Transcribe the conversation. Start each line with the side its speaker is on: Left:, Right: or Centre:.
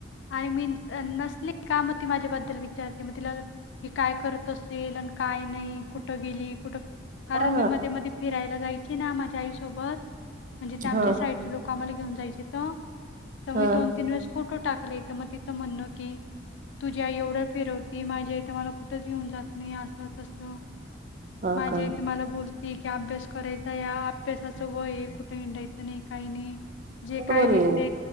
Left: आणि मी... अ... नसली का, मग ती माझ्याबद्दल विचारते मग तिला कि काय करत असेल आणि काय नाही, कुठं गेली कुठं कारण
Right: हा
Left: मी मध्ये मध्ये फिरायला जायची ना माझ्या आईसोबत म्हणजे ते आमच्या
Right: हा
Left: साईडचे लोकं मला घेऊन जायची तर मी,
Right: हा
Left: दोन तीन वेळेस फोटो टाकले तर मग तिचं म्हणणं की तुझी आई एवढं फिरवती माझी आई तर मला कुठंच घेऊन जात नाई असं तसं,
Right: हा
Left: माझी
Right: का
Left: आई तर मला बोलती की अभ्यास करायचा, या अभ्यासाचं वय ए... कुठं हिंडायचं नाही काई नाही. जे
Right: बर
Left: काय
Right: आहे
Left: <unintelligible> ते